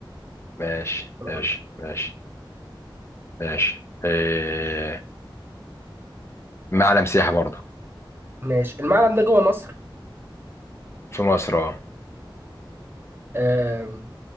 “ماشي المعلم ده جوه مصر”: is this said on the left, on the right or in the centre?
Right